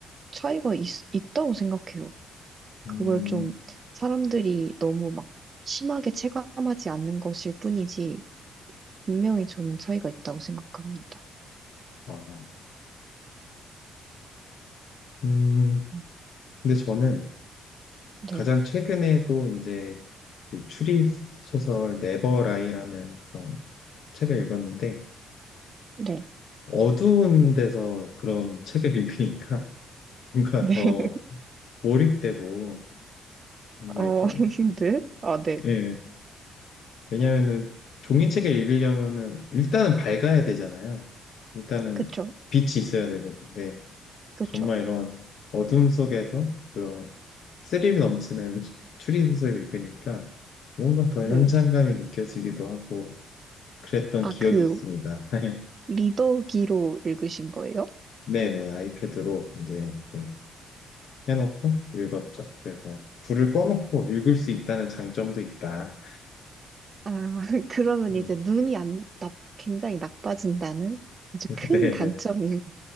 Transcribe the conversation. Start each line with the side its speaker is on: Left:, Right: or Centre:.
Right: 차이가 있, 있다고 생각해요. 그걸
Left: 음,
Right: 좀 사람들이 너무 막 심하게 체감하지 않는 것일 뿐이지, 분명히 저는 차이가 있다고 생각합니다.
Left: 아, 음,
Right: 음,
Left: 근데 저는
Right: 네,
Left: 가장 최근에도 이제 그 추리소설 네버라이라는 그런 책을 읽었는데,
Right: 네,
Left: 어두운 데서 그런 <laughs> 책을 읽으니까 뭔가
Right: 네.
Left: 더
Right: <laughs>
Left: 몰입되고, 뭔가
Right: 어,
Left: 이렇게,
Right: <laughs> 네. 아, 네.
Left: 예, 왜냐면은 종이책을 읽으려면은 일단은 밝아야 되잖아요. 일단은
Right: 그쵸,
Left: 빛이 있어야 되고. 근데
Right: 그쵸.
Left: 정말 이런 어둠 속에서 그런 스릴 넘치는 <laughs> 추리소설을 읽으니까 뭔가 더
Right: 네.
Left: 현장감이 느껴지기도 하고 그랬던
Right: 아,
Left: 기억이
Right: 그,
Left: 있습니다. <laughs>
Right: 리더기로 읽으신 거예요?
Left: 네네, 아이패드로 이제 이렇게 해놓고 읽었죠. 그래서 불을 꺼놓고 읽을 수 있다는 장점도 있다.
Right: 아, <laughs> 그러면
Left: 네,
Right: 이제 눈이 안, 나, 굉장히 나빠진다는 아주
Left: <laughs>
Right: 큰
Left: 네네.
Right: 단점이 <laughs>